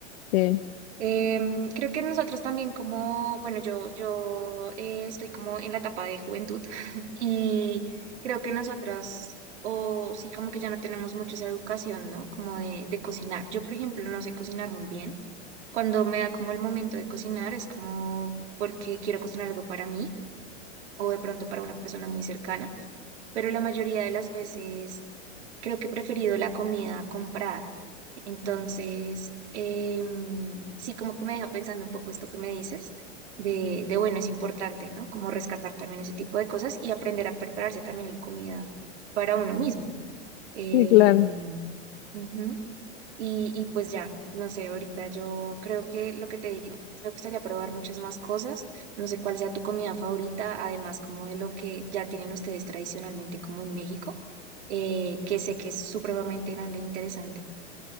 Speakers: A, on the left; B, on the right.
A: sí,
B: Em, creo que nosotros también como, bueno, yo, yo eh, estoy como en la etapa de juventud <laughs> y creo que nosotras, o sí, como que ya no tenemos mucho esa educación, ¿no? Como de, de cocinar. Yo, por ejemplo, no sé cocinar muy bien. Cuando me da como el momento de cocinar, es como porque quiero cocinar algo para mí o de pronto para una persona muy cercana, pero la mayoría de las veces creo que he preferido la comida comprada. Entonces, em, sí, como que me deja pensando un poco esto que me dices, de, de bueno, es importante, ¿no? Como rescatar también ese tipo de cosas y aprender a prepararse también la comida para uno mismo. Em,
A: sí, claro.
B: ujú. Y, y pues ya, no sé, ahorita yo creo que lo que te digo, pues, me gustaría probar muchas más cosas, no sé cuál sea tu comida favorita, además como de lo que ya tienen ustedes tradicionalmente como en México, eh, que sé que es supremamente grande e interesante.